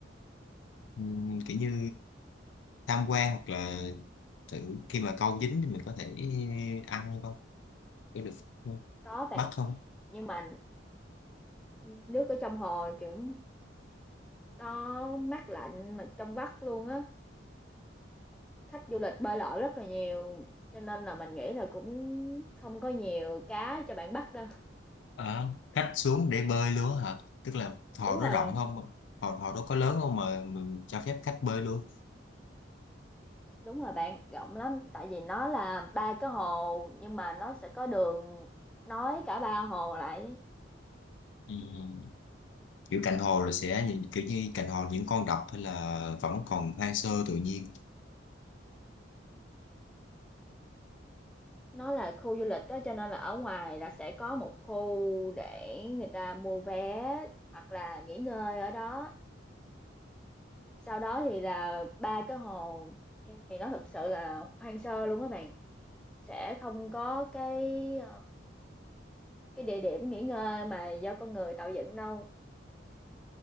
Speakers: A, on the left; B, in the centre.
A: ừm, kiểu như tham quan hoặc là tự khi mà câu dính thì mình có thể ăn hay không có được không?
B: Có bạn,
A: bắt không
B: nhưng mà nước ở trong hồ kiểu nó mát lạnh mà trong vắt luôn á. Khách du lịch bơi lội rất là nhiều cho nên là mình nghĩ là cũng không có nhiều cá cho bạn bắt đâu.
A: à, cách xuống để bơi luôn hả tức là hồ
B: Đúng rồi
A: đó rộng
B: bạn.
A: không hồ hồ đó có lớn không mà mình cho phép khách bơi luôn
B: Đúng rồi bạn, rộng lắm, tại vì nó là 3 cái hồ nhưng mà nó sẽ có đường nối cả ba hồ lại
A: Ừm. kiểu cạnh hồ rồi sẽ nhìn- kiểu như cạnh hồ những con đập hay là vẫn còn hoang sơ tự nhiên
B: Nó là khu du lịch đó cho nên là ở ngoài là sẽ có một khu để người ta mua vé hoặc là nghỉ ngơi ở đó. Sau đó thì là ba cái hồ thì nó thực sự là hoang sơ luôn các bạn. Sẽ không có cái ờ, cái địa điểm nghỉ ngơi mà do con người tạo dựng đâu,